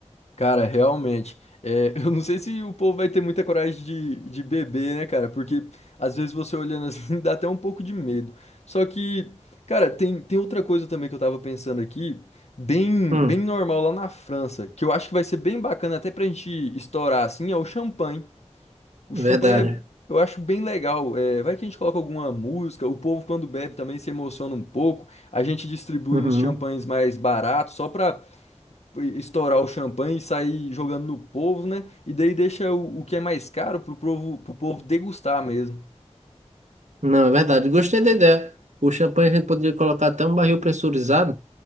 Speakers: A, on the left; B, on the right.
A: Cara, realmente. é, <laughs> eu não sei se o povo vai ter muita coragem de, de beber, né, cara? Porque às vezes você olhando assim <laughs> dá até um pouco de medo. Só que, cara, tem, tem outra coisa também que eu tava pensando aqui, bem,
B: Hum,
A: bem normal lá na França, que eu acho que vai ser bem bacana até pra gente estourar assim, é o champanhe. O
B: verdade.
A: champanhe é, eu acho bem legal. É, vai que a gente coloca alguma música, o povo quando bebe também se emociona um pouco. A gente distribui
B: Uhum.
A: uns champanhes mais baratos só pra estourar o champanhe e sair jogando no povo, né? E daí deixa o, o que é mais caro pro povo, pro povo degustar mesmo.
B: Não, é verdade. Gostei da ideia. O champanhe a gente poderia colocar até um barril pressurizado.